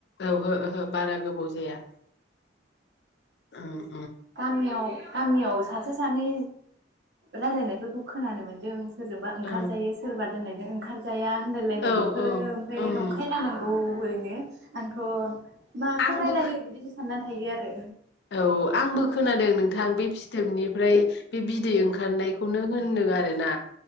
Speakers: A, on the left (about 60°); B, on the right (about 70°).
A: औ ओहो ओहो बारा गोबाव जाया ओं
B: गामियाव गामियाव सासे सानै रायलायनायफोरखौ खोनानो मोन्दों सोरजोंबा ओंखारजायो
A: ओं
B: सोरबा दोननायजों ओंखारजाया आनदायलायनाय
A: औ
B: बेफोरो
A: औ
B: ओमफ्राय
A: उम
B: नंखाय ना नांगौ <inaudible> माखौ
A: आंबो
B: रायलायो बिदिनो साननानै थायो आरो
A: औ आंबो खोनादों नोंथां बे फिथोबनिफ्राय बे बिदै ओंखारनायखौनो होनदों आरोना